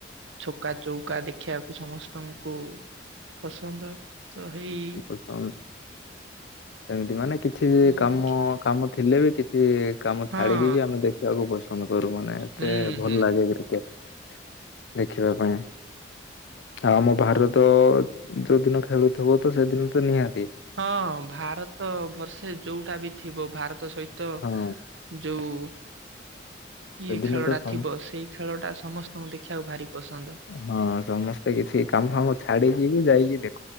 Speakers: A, on the right; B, on the left.
A: ଛକା ଚୌକା ଦେଖିବାକୁ ସମସ୍ତଙ୍କୁ ପସନ୍ଦ ତ ହେଇ
B: <unintelligible> ସେମିତି ମାନେ କିଛି
A: ଖେଳ
B: କାମ
A: ଦେଖି
B: କାମ ଥିଲେ ବି କିଛି କାମ
A: ହଁ
B: ଛାଡିକି ବି ଆମେ ଦେଖ ଦେଖିବାକୁ ପସନ୍ଦ କରୁ ମାନେ ଏତେ
A: ହୁଁ
B: ଭଲ
A: ହୁଁ
B: ଲାଗେ କ୍ରିକେଟ। ଦେଖିବା ପାଇଁ ଆଉ ଆମ ଭାରତ ଯୋଉଦିନ ଖେଳୁଛି। ଥିବ ତ ସେଦିନ ତ ନିହାତି।
A: ହଁ ଭାରତ ବର୍ଷେ ଯୋଉଟା ବି ଥିବ ଭାରତ ସହିତ।
B: ହଁ
A: ଯୋଉ
B: ସେଦିନ
A: ଇଏ ଖେଳ
B: ତ
A: ଟା
B: ସମ
A: ଥିବ ସେଇ। ଖେଳ ଟା ସମସ୍ତଙ୍କୁ ଦେଖିବାକୁ ଭାରି ପସନ୍ଦ।
B: ହଁ ସମସ୍ତେ କିଛି କାମ ଫାମ ଛାଡିକି ବି ଯାଇକି ଦେଖ